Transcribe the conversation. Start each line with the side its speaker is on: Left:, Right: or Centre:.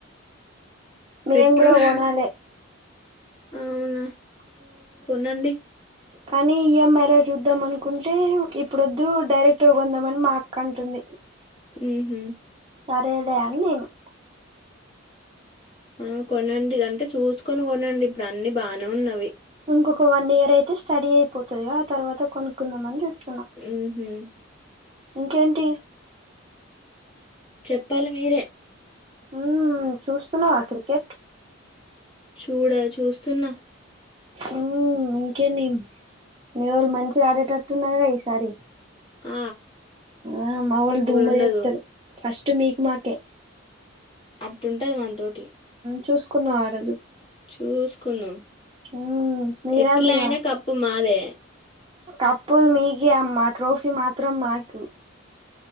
Right: మేం
Left: పెట్రోల్
Right: కూడా కొనలే
Left: అవునా కొనండి
Right: కానీ ఇమైలో చూద్దాం అనుకుంటే, ఇప్పుడోద్దు డైరెక్ట్ కొందామని మా అక్క అంటుంది,
Left: ఉహు
Right: సరేలే అని నేను
Left: ఆ కొనండి అంటే చూసుకొని కొనండి ఇప్పుడు అన్ని బానే ఉన్నవి
Right: ఇంకొక వన్ ఇయర్ అయితే స్టడీ అయిపోతుందిగా, ఆ తర్వాత కొనుక్కుందాంమని చూస్తున్నా
Left: ఉహు
Right: ఇంకేంటి
Left: చెప్పాలి మీరే
Right: ఉ చూస్తున్నావా క్రికెట్
Left: చూడా చూస్తున్నా
Right: ఉ ఇంకే మీ వాళ్ళు మంచిగా ఆడేటట్టున్నారుగా ఈసారి
Left: ఆ
Right: ఆ మావళ్ళ
Left: అమలుండదు
Right: దుమ్ లేప్తారు ఫస్ట్ మీకు మాకే
Left: అట్ంటది మనతోటి
Right: చూసుకున్నా ఆ రోజు
Left: చూసుకున్నాం
Right: మ్మ్ మీరా
Left: ఎట్లా
Right: మీవా
Left: అయినా కప్పు మాదే ఎ
Right: కప్పులు మీకే అమ్మ ట్రోఫీ మాత్రం మాకు